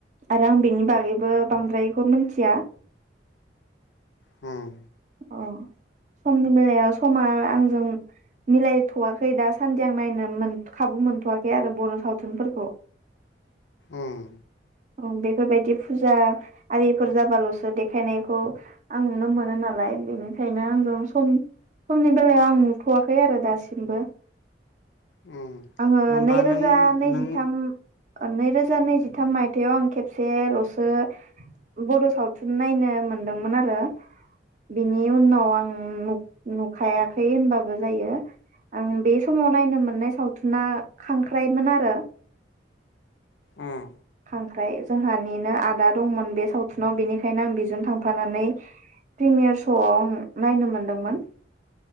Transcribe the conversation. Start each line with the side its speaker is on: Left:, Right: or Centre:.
Right: आरो आं बेनि बा गैबो बांद्रायखौ मोनथिया।
Left: उम।
Right: अ समनि बेलायाव समा आंजों मिलायथ'वाखै दासान्दि आं नायनो खाबु मोनथ'वाखै आरो बर' सावथुनफोरखौ
Left: उम
Right: उम बेफोरबायदि फुजा आरिफोर जाबाल'सो देखायनायखौ आं नुनो मोनो ना लाय बेनिखायनो आंजों सम समनि बेलायाव आं नुथ'वाखै आरो दासिमबो।
Left: उम
Right: आङो
Left: होमबा
Right: नैरोजा
Left: नों
Right: नैजिथाम
Left: नों
Right: नैरोजा नैजिथाम मायथायाव आं खेबसेल'सो बड' सावथुन नायनो मोनदोंमोन आरो। बिनि उनाव आं नुखायाखै होनबाबो जायो आं बे समाव नायनो मोननाय सावथुना खांख्राइमोन आरो।
Left: उम
Right: खांख्राय जोंहानिनो आदा दंमोन बे सावथुनाव बेनिखायनो आं बेजों थांफानानै प्रिमियारस श'व आं नायनो मोनदोंमोन।